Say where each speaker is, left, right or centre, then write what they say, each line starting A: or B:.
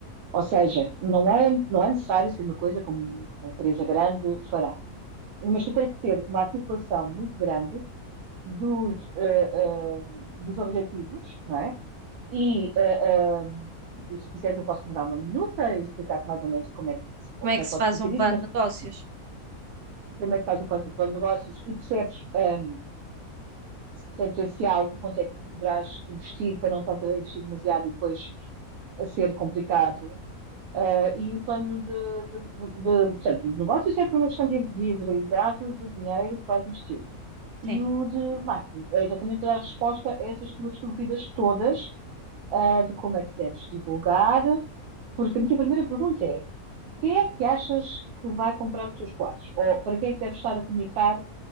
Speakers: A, on the right; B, on the right.
A: Ou seja, não é, não é necessário ser uma coisa como uma empresa grande fará, mas tu tens que ter uma articulação muito grande dos, uh, uh, dos objetivos, não é? E uh, uh, se quiseres eu posso mandar uma minuta e explicar-te mais ou menos como é, que, como
B: como é que
A: é que
B: se
A: podes
B: faz
A: fazer
B: um plano
A: isso, mas
B: de negócios?
A: como é que fazes o plano de negócios e percebes um, se tem potencial e quanto é que poderás investir para não estás a investir demasiado e depois a ser complicado Eh, e o plano de, de, de- de- portanto, de negócios é por uma questão de viabilidade do dinheiro que vais investir. E
B: Sim.
A: o de marketing é exatamente para dar resposta a essas tuas dúvidas todas, ah, de como é que deves divulgar, porque a minha primeira pergunta é: quem é que achas que vai comprar os teus quadros? Ou para quem é que deves estar a comunicar